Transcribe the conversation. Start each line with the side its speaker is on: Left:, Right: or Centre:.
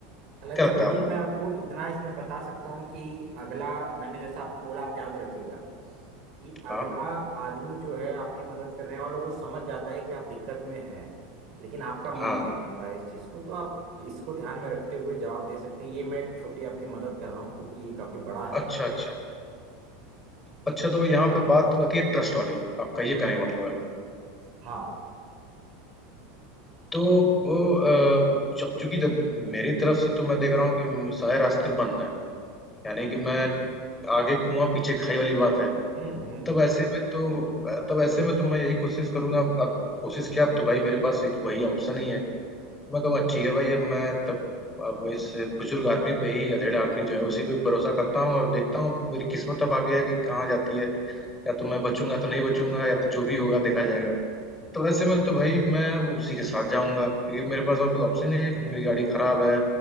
Right: हालांकि
Left: क्या लगता
Right: चलिए
Left: है आपको
Right: मैं आपको इतना इसमें बता सकता हूँ कि अगला मैंने जैसा आपको बोला आप याद रखिएगा कि अगला
Left: हाँ
Right: आदमी जो है आपकी मदद करने वाला वो समझ जाता है कि आप दिक्कत में है लेकिन आपका मन
Left: हाँ
Right: नहीं मान रहा है इस चीज को तो आप इसको ध्यान में रखते हुए जवाब दे सकते हैं ये मैं एक छोटी आपकी मदद कर रहा हूँ क्योंकि ये काफी बड़ा है
Left: अच्छा अच्छा अच्छा तो यहाँ पे बात आती है ट्रस्ट वाली आपका ये कहने का मतलब है
Right: हाँ
Left: तो वो अ, जब चूंकि जब मेरी तरफ से तो मैं देख रहा हूँ कि सारे रास्ते बंद हैं यानी कि मैं आगे कुआं पीछे खाई वाली बात है
Right: हम्म हम्म
Left: तब ऐसे में तो तब ऐसे में तो मैं यही कोशिश करूंगा अब अब कोशिश किया अब तो भाई मेरे पास एक वही ऑप्शन ही है मैं कहूँगा ठीक है भाई अब मैं तब अब वो इस बुजुर्ग आदमी पे ही अधेड़ आदमी जो है उसी पे भरोसा करता हूँ और देखता हूँ मेरी किस्मत अब आगे है कि कहाँ जाती है या तो मैं बचूंगा तो नहीं बचूंगा या तो जो भी होगा देखा जाएगा तो वैसे में तो भाई मैं उसी के साथ जाऊंगा क्योंकि मेरे पास और कोई ऑप्शन नहीं है क्योंकि मेरी गाड़ी खराब है